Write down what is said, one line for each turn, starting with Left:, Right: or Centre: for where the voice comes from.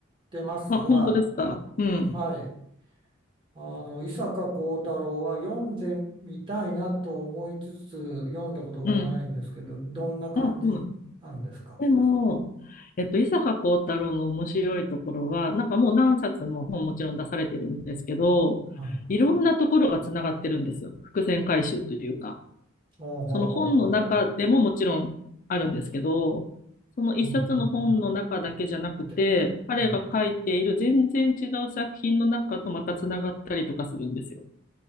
Right: てますが、
Left: あ、本当ですかうん。
Right: はい。あの、伊坂幸太郎は読んでみたいなと思いつつ、読んだことがないんですけど、
Left: うん。
Right: どんな感じなんですか
Left: あ、そうなんです。でも、えっと、伊坂幸太郎の面白いところは、なんかもう何冊も本もちろん出されてるんですけど、
Right: はい。
Left: いろんなところがつながってるんですよ。伏線回収というか。
Right: ほうほうほうほうほ
Left: その本の中でももちろんあるんですけど、その一冊の本の中だけじゃなくて、
Right: う。うんうんうん。で、
Left: 彼が書いている全然違う作品の中とまたつながったりとかするんですよ。
Right: うん。